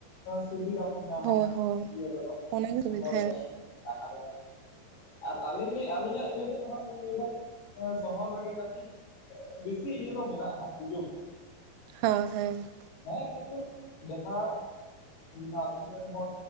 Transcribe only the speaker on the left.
ᱥᱩᱵᱤᱫᱟ ᱵᱚᱱ᱾ ᱧᱟᱢᱟ
ᱤᱭᱟᱹ ᱨᱮᱫᱚ
ᱥᱚᱦᱚᱨ ᱨᱮᱫᱚ
ᱟᱨ ᱟᱨ ᱟᱹᱞᱤᱧ ᱟᱹᱞᱤᱧᱟᱜ ᱤᱭᱟᱹ ᱛᱮᱫᱚ ᱦᱟᱜ ᱞᱤᱧ ᱞᱟᱹᱭ ᱮᱫᱟ ᱥᱚᱦᱚᱨ ᱨᱮᱜᱮ ᱠᱟᱹᱴᱤᱡ ᱵᱤᱥᱤ ᱤᱭᱟᱹ ᱫᱚ ᱢᱮᱱᱟᱜᱼᱟ ᱥᱩᱡᱳᱜᱽ ᱫᱚ᱾
ᱦᱮᱸ ᱠᱤᱱᱛᱩ ᱡᱟᱦᱟᱸ ᱱᱟᱛᱩ ᱨᱮᱱ ᱦᱚᱲ